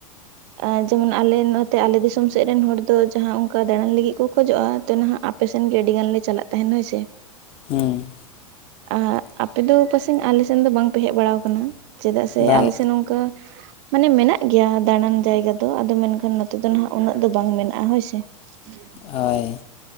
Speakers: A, on the right; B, on the left.
A: ᱟ ᱡᱮᱢᱚᱱ ᱟᱞᱮ ᱱᱚᱛᱮ ᱟᱞᱮ ᱫᱤᱥᱚᱢ ᱥᱮᱫ ᱨᱮᱱ ᱦᱚᱲ ᱫᱚ ᱡᱟᱦᱟᱸ ᱚᱱᱠᱟ ᱫᱟᱬᱟᱱ ᱞᱟᱹᱜᱤᱫ ᱠᱚ ᱠᱷᱚᱡᱚᱜᱼᱟ, ᱛᱚ ᱱᱟᱦᱟᱜ ᱟᱯᱮᱥᱮᱱ ᱜᱮ ᱟᱹᱰᱤ ᱜᱟᱱ ᱞᱮ ᱪᱟᱞᱟᱜ ᱛᱟᱦᱮᱱᱟ ᱦᱳᱭ ᱥᱮ᱾
B: ᱦᱩᱸ
A: ᱟ ᱟᱯᱮ ᱫᱚ ᱯᱟᱥᱮᱱ ᱟᱞᱮᱥᱮᱱ ᱫᱚ ᱵᱟᱝᱯᱮ ᱦᱮᱡ ᱵᱟᱲᱟᱣ ᱠᱟᱱᱟ? ᱪᱮᱫᱟᱜ ᱥᱮ
B: ᱵᱟᱝ
A: ᱟᱞᱮ ᱥᱮᱫ ᱱᱚᱝᱠᱟ ᱢᱟᱱᱮ ᱢᱮᱱᱟᱜ ᱜᱮᱭᱟ ᱫᱟᱬᱟᱱ ᱡᱟᱭᱜᱟ ᱫᱚ ᱟᱫᱚ ᱢᱮᱱᱠᱷᱟᱱ ᱱᱚᱛᱮ ᱫᱚ ᱱᱟᱦᱟᱜ ᱩᱱᱟᱹᱜ ᱫᱚ ᱵᱟᱝ ᱢᱮᱱᱟᱜᱼᱟ ᱦᱳᱭᱥᱮ᱾ <inaudible>
B: ᱚᱭ